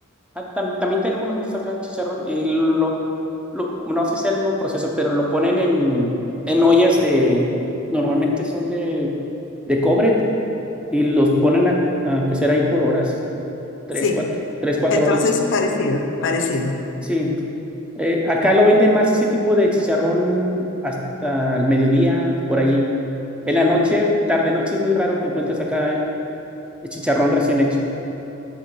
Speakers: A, in the centre; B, on the left.
A: Ah, tam- también tenemos nosotros acá chicharrón. eh, lo, lo- no sé si es el mismo proceso, pero lo ponen en, en ollas de, normalmente son de, de cobre y los ponen a, a cocer ahí por horas, tres,
B: sí,
A: cuatro, tres, cuatro
B: el proceso
A: horas.
B: es parecido, parecido.
A: pues, Sí. Eh, acá lo venden más ese tipo de chicharrón hasta el mediodía, por ahí. En la noche, tarde noche es muy raro que encuentres acá el chicharrón recién hecho.